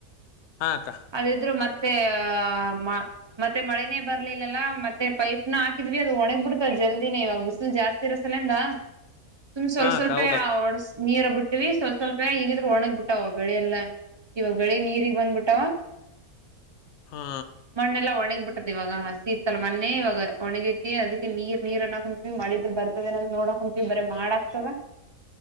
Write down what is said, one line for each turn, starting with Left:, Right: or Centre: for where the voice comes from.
Left: ಹಾ ಅಕ್ಕ
Right: ಅದಿದ್ರು ಮತ್ತ ಮತ್ತೆ ಆ ಮತ್ತೆ ಮಳೆನೇ ಬರ್ಲಿಲ್ಲಲ್ಲ ಮತ್ತೆ ಪೈಪ್ನ ಹಾಕಿದ್ವಿ ಅದು ಒಣಗ್ ಬಿಡ್ತದೆ ಜಲ್ದಿನೇ ಇವಾಗ ಬಿಸಿಲು ಜಾಸ್ತಿ ಇರಸಲಂದ ಸುಮ್ ಸ್ವಲ್ಪ
Left: ಹಾ
Right: ಸ್ವಲ್ಪೇ
Left: ಅಕ್ಕ ಹೌದಕ್ಕ
Right: ಓಡ್ ನೀರ ಬಿಟ್ಟಿವವಿ ಸ್ವಲ್ಪ ಹೀಗಿದ್ರರು ಒಣಗಬಿಟ್ಟಾವ ಬೆಳೆಲ್ಲಾ ಇವಾಗ ಬೆಳಿಗ್ ನೀರಿಗೆಗ್ ಬಂದ್ಬಿಟ್ಟಾವ
Left: ಹಾ
Right: ಮಣ್ಣೆಲ್ಲ ಒಣಗ ಬಿಟ್ಟದ ಇವಾಗ ಹಸಿ ಇತ್ತಲ್ಲ ಮೊ ಇವಾಗ ಒಣಗೈತಿ ಅದಕ್ಕೆ ನೀರ್ ನೀರ್ನ್ನ ಕುಂತ್ವಿ ಮಳಿದ್ರೆ ಬರ್ ನ ನೋಡಕ ಕುಂತೀವಿ ಬರಿ ಮಾಡ ಆತವ